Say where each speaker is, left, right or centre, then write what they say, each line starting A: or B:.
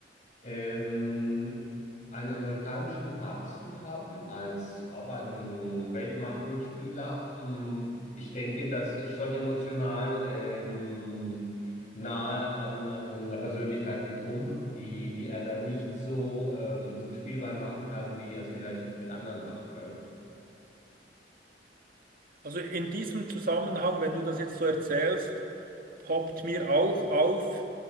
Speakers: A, on the left (about 45°); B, on the right (about 55°).
A: ähm, einen amerikanischen Papst zu haben als auch einen Weltmachtmitspieler, mh, ich denke, das ist schon emotional ähm, nahe an, an einer Persönlichkeit wie Trump, die, die er dann nicht so ähm, zum Spielball machen kann, wie er es vielleicht mit anderen macht, gell?
B: Also in diesem Zusammenhang, wenn du das jetzt so erzählst, poppt mir auch auf